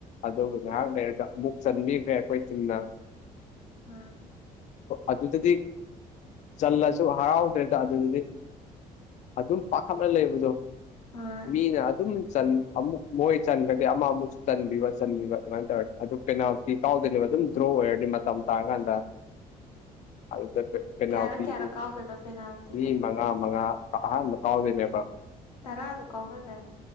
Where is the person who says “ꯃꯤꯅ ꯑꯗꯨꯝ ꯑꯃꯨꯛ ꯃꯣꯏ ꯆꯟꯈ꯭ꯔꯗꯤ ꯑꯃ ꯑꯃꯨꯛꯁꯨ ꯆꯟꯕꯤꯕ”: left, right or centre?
Left